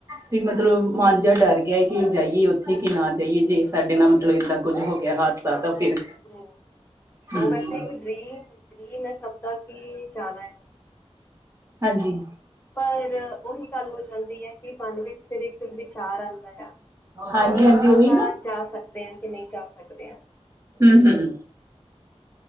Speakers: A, on the right; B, on the left.
A: ਤੇ ਮਤਲਬ ਮਨ ਜਿਆ ਡਰ ਗਿਆ, ਕਿ ਜਾਈਏ ਓਥੇ ਕਿ ਨਾ ਜਾਈਏ, ਜੇ ਸਾਡੇ ਨਾਲ ਮਤਲਬ ਏਦਾਂ ਕੁੱਝ ਹੋ ਗਿਆ ਵਾ। ਸਾਡਾ ਫਿਰ
B: ਹ
A: ਹਮ
B: ਓ ਵੈਸੇ ਇੱਕ ਡਰੀਮ- ਡਰੀਮ ਏ ਸਭ ਦਾ ਕਿ ਜਾਣਾ ਏ।
A: ਹਾਂਜੀ
B: ਪਰ ਉਹੀ ਗੱਲ ਹੋ ਜਾਂਦੀ ਹੈ ਕਿ ਮਨ ਵਿੱਚ ਫਿਰ ਇੱਕ ਵਿਚਾਰ ਆਉਂਦਾ ਆ।
A: ਹਾਂਜੀ
B: ਕਿ
A: ਹਾਂਜੀ
B: ਆਪਾਂ
A: ਉਹੀ ਨਾ
B: ਜਾ ਸਕਦੇ ਹਾਂ ਕਿ ਨਹੀਂ ਜਾ ਸਕਦੇ ਹਾਂ।
A: ਹਮ ਹਮ